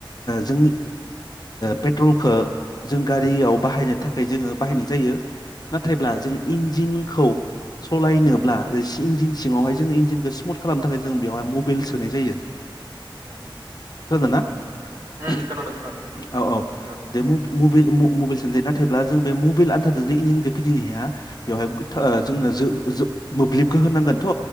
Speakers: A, on the left (about 50°); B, on the right (about 35°).
A: जोंनि पेट्रलखौ जों गारियाव बाहायनो थाखाय जोङो बाहायनाय जायो नाथायब्ला
B: उम
A: जों इन्जिननि खौ सालायनोब्ला सि इन्जिन सिङावहाय जोङो इन्जिनखौ सिमुथ खालामनो थाखाय जों बेवहाय मबाइल सोनाय जायो <inaudible>
B: उम
A: थोदोंना
B: उम
A: <unintelligible>
B: खोनादों खोनादों
A: औ औ
B: खोनादों
A: देमु। मुबिटइल मुबिइल सान जायो नाथायब्ला जों बे मुबिइल आनथादजों इन्जिनखौ फिदिंनो हाया। बेवहाय गोथा <unintelligible>
B: उम
A: जोंनो जो जो मोब्लिबखौ होनांगोन।